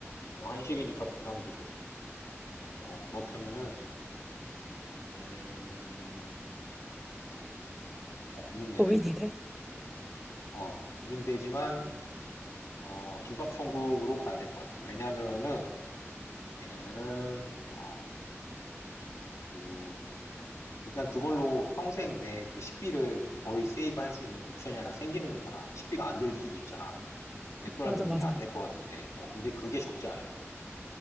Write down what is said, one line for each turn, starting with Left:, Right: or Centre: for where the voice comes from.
Left: 어, 한식이니까 부담도 적고. 어, 그렇다면은, 음, 아, 고민되네.
Centre: 고민이 돼?
Left: 어, 고민되지만, 어, 김밥 천국으로 가야 될 것 같아. 왜냐면은, 왜냐면은, 어, 그, 일단 그걸로 평생 내 그 식비를 거의 세이브할 수 있는 옵션이 하나 생기는 거잖아. 식비가 안 들 수도 있잖아. 맥도날드는
Centre: 맞아,
Left: 그게
Centre: 맞아.
Left: 안 될 것 같은데. 어, 근데 그게 적지 않을 거야.